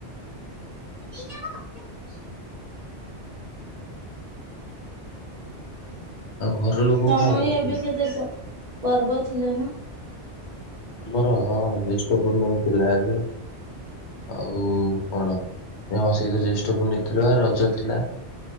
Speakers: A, on the right (about 45°); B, on the left (about 70°).
A: ଏ
B: ଆଉ ଘର ଲୋକ
A: ତମ
B: କଣ କରୁଛନ୍ତି?
A: ଇଏ ବି କେତେ ସମ ପର୍ବ ଥିଲା ନା?
B: ଆମର ହଁ ଜ୍ୟେଷ୍ଠ ପୂର୍ଣ୍ଣମୀ ଥିଲା ଏବେ ଆଉ କଣସହିତ ଜ୍ୟେଷ୍ଠ ପୁନେଇଁ ଥିଲା ରଜ ଥିଲା।